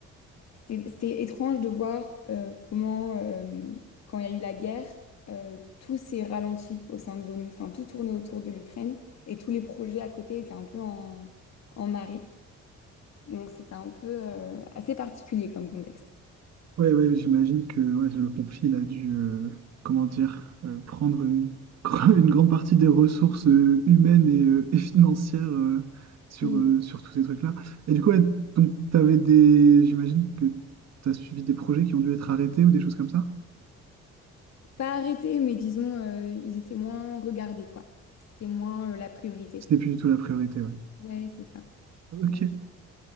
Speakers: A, on the left; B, on the right.
A: c'était, c'était étrange de voir euh, comment, euh, quand il y a eu la guerre, euh, tout s'est ralenti au sein de l'ONU, enfin tout tournait autour de l'Ukraine et tous les projets à côté étaient un peu en, en arrêt. Donc c'était un peu euh, assez particulier comme contexte.
B: Ouais, ouais, j'imagine que ouais, le conflit il a dû, euh, comment dire, euh, prendre une, <laughs> une grande partie des ressources euh, humaines et, euh, et financières euh, sur,
A: Mm.
B: euh, sur tous ces trucs-là. Et du coup, ouais, donc, t'avais des, j'imagine que tu as suivi des projets qui ont dû être arrêtés ou des choses comme ça?
A: Pas arrêté, mais disons, euh, ils étaient moins regardés, quoi. C'était moins euh, la priorité.
B: C'était plus du tout la priorité, ouais.
A: Ouais, c'est ça.
B: Ok.
A: Mais,